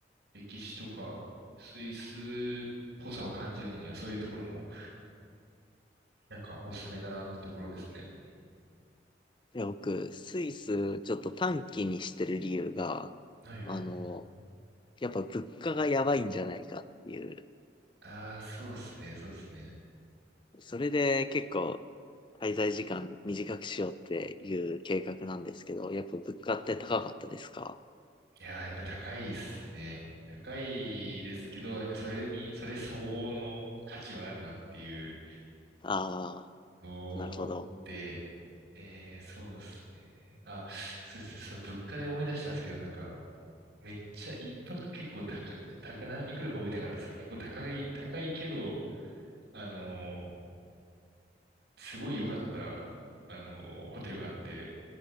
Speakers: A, on the right; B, on the left.
A: 歴史とか、スイスっぽさを感じるのには、そういうところも、なんかおすすめだなってところですね。
B: いや、僕、スイスちょっと短期にしてる理由が、
A: はいはい。
B: あの、やっぱ物価がやばいんじゃないかっていう、
A: ああ、そうですね、そうですね。
B: それで結構滞在時間短くしようっていう計画なんですけど、やっぱ物価って高かったですか
A: いやー、やっぱり高いっすね。高いですけど、なんかそれに、それ相応の価値はあるなっていう
B: ああ
A: ので、
B: ー、なるほど。
A: えー、そうですね。あ、そうですね。そう、物価で思い出したんですけど、なんか、めっちゃ一泊結構高、高な、いくらか覚えてなかったですけど、結構高い、高いけど、あのーすごい良かった、あのーホテルがあって、